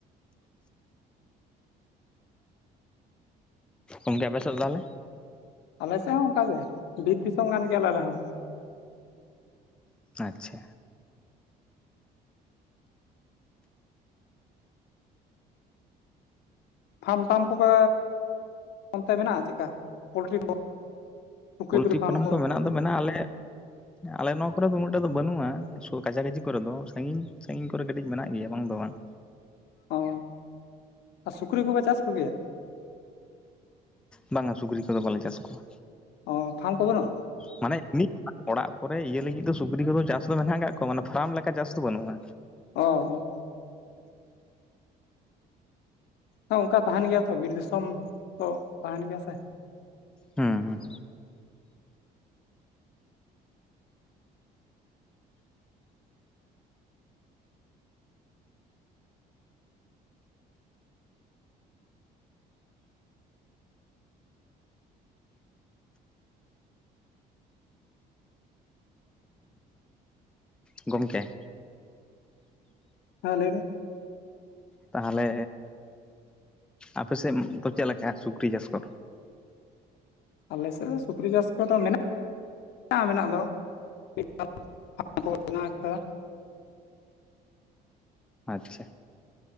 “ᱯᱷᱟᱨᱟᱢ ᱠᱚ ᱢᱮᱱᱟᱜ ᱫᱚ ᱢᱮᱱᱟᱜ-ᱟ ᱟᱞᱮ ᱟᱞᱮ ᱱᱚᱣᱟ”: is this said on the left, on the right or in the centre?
Centre